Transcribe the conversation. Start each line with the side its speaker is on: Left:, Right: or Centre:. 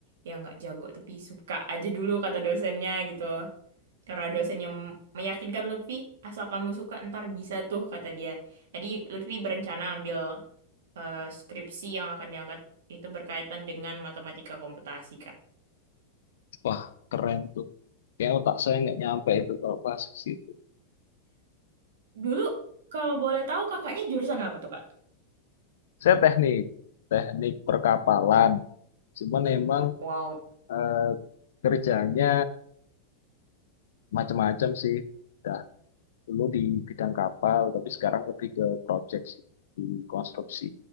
Right: ya nggak jago, tapi suka aja dulu kata dosennya gitu. Karena dosennya meyakinkan Lutfi, asal kamu suka ntar bisa tuh kata dia. Tadi Lutfi berencana ambil eh, skripsi yang akan diangkat itu berkaitan dengan matematika komputasi, Kak.
Left: Wah, keren tuh. Kayaknya otak saya nggak nyampe itu kalau pas ke situ.
Right: Dulu, kalau boleh tahu kakaknya jurusan apa tuh, Kak?
Left: Saya teknik, teknik perkapalan. Cuman emang
Right: Wow.
Left: eh, kerjanya macam-macam sih. Ada dulu di bidang kapal, tapi sekarang lebih ke project sih, di konstruksi.